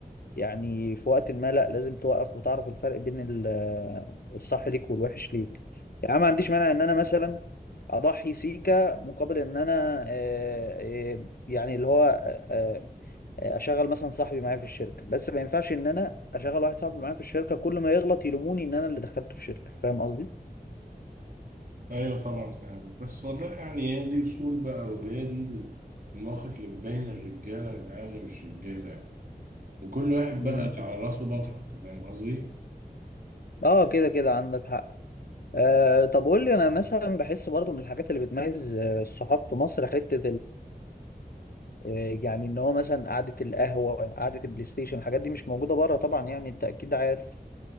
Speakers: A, on the left; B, on the right.
A: يعني في وقت ما لا لازم توقف وتعرف الفرق بين ال- الصح ليك والوحش ليك يعني أنا ما عنديش مانع ان انا مثلا اضحي سيكا مقابل ان انا آه، آه، يعني اللي هو آه، آه، اشغل مثلا صاحبي معايا في الشركه بس ما ينفعش ان انا اشغل واحد صاحبي معايا في الشركه كل ما يغلط يلوموني ان انا اللي دخلته الشركه فاهم قصدي
B: ايوه طبعا فاهم بس والله يعني هي دي اصول بقى وهي دي المواقف اللي بتبين الرجاله من العيال اللي مش رجاله يعني وكل واحد
A: مم.
B: بقى على راسه بطل انت فاهم قصدي؟
A: اه كده كده عندك حق آه طب قول لي انا مثلا بحس برضو من الحاجات اللي بتميز آه، الصحاب في مصر حته آه، يعني ان هو مثلا قعده القهوه قعده البلاي ستيشن الحاجات دي مش موجوده بره طبعا يعني انت اكيد عارف